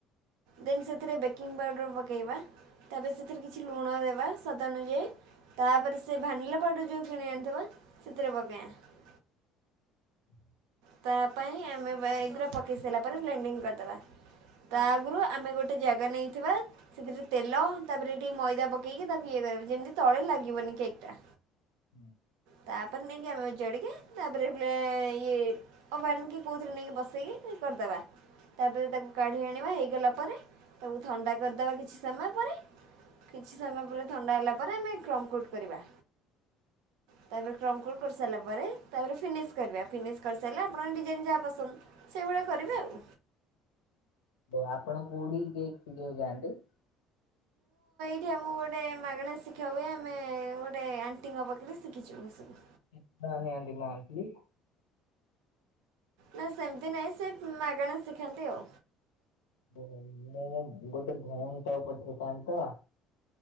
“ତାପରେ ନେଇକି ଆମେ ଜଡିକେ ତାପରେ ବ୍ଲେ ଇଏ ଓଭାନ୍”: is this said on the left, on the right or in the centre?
Right